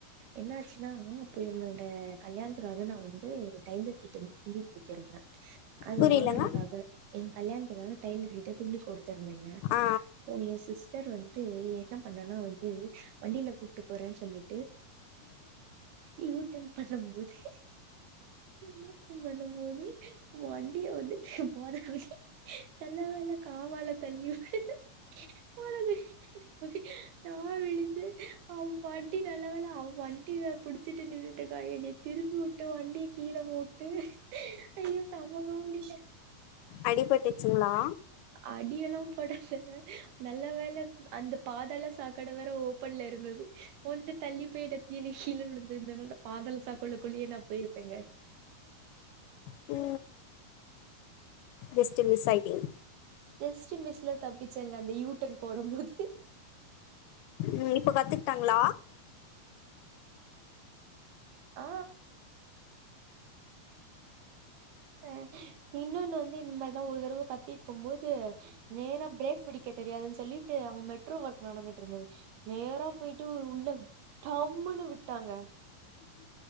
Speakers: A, on the right; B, on the left.
A: என்னாச்சுன்னா அப்ப என்னோட கல்யாண து நா வந்து டைலர் கிட்ட வந்து துணி குடுத்துருந்தே அது
B: புரியலங்க
A: வாங்குறதுக்காக ஏ கல்யாணத்துக்காக டைலர் கிட்ட துணி குடுத்திருந்தே
B: ஆ
A: போனியா சிஸ் <unintelligible> வந்து என்ன பண்ணனா வந்து வண்டில கூட்டு போறேன் சொல்லிட்டு யூடன் பண்ணம்போது யூடன் பண்ணம்போது வண்டிய வந்து போதா <unintelligible> காவால தள்ளி <unintelligible> நா விழுந்து அவ வண்டி நல்லவேல அவ வண்டில புடிச்சிட்டு நின்னுட்டுக்கா என்னைய திருப்பு உட்டு வண்டிய கீழ போட்டு ஐயோ செம்ம காமெடிங்க
B: அடிபட்டுச்சுங்ளா
A: அடியெல்லாம் பட நல்ல வேல அந்த பாதாள சாக்கட வேற ஓப்பன்லருந்தது கொஞ்சோ தள்ளி <unintelligible> கீழ விழுந்துதுனா பாதளத் சாக்கடக்குள்ளே நா போயிருப்பேங்க
B: உ ஜஸ்டு மிஸ் ஆயிடிங்
A: ஜஸ்ட்டு மிஸ்ல தப்பிச்சேங் அந்த யூடன் போடம்போது
B: ம் இப்ப கத்துக்கிட்டாங்களா
A: ஆ அ இன்னொன்னு வந்து இந் மாரிதா ஒரு தரவ கத்திருக்கு போது நேரா பிரேக் பிடிக்க தெரியாதுன் சொல்லிட்டு அவங் மெட்ரோ ஒர்க் நடந்துட்ருந்தது நேரா போயிட்டு உள்ள டம்முன்னு விட்டாங்க